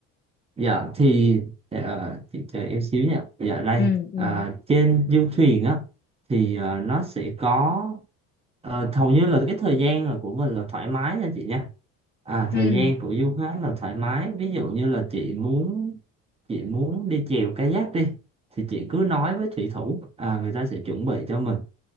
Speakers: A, on the right; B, on the left.
A: dạ thì ờ, chị chờ em xíu nha dạ đây
B: Ừ, ừ,
A: à, trên du thuyền á thì ờ, nó sẽ có ờ, hầu như là cái thời gian là của mình là thoải mái nha chị nha à
B: ừ,
A: thời gian của du khách là thoải mái ví dụ như là chị muốn chị muốn đi chèo kayak đi thì chị cứ nói với thủy thủ à, người ta sẽ chuẩn bị cho mình